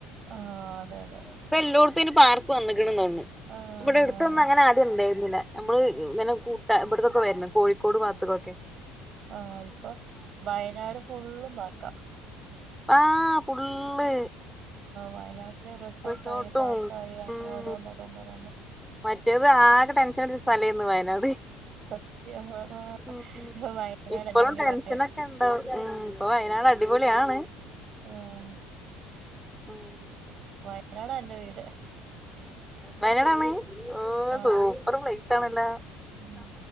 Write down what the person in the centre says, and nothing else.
ഇപ്പോ എല്ലോട്ത്തും അയ്ന് പാർക്ക് വന്ന്ക്ക്ണ്ന്ന് പറഞ്ഞു.
ഇവിടെ അടുത്തൊന്നും അങ്ങനെ ആദ്യംണ്ടായിരുന്നില്ല നമ്മള് ഇങ്ങനെ കൂട്ടാ ഇവിടക്കൊക്കെ വരുന്നു കോഴിക്കോട് ഭാത്ത്ക്കൊക്കെ
ആ ഫുള്ള്
റിസോർട്ടും
ഉം
മറ്റേത് ആകെ ടെൻഷനടിച്ച സ്ഥലായിരുന്നു വയനാട്.
ഉം
ഇപ്പളും
ടെൻഷനൊക്കെണ്ടാവും
ഉം ഇപ്പൊ വയനാട് അടിപൊളി ആണ്
ഉം
വയനാടാണ് ഓ
സൂപ്പർ പ്ലേസണല്ലോ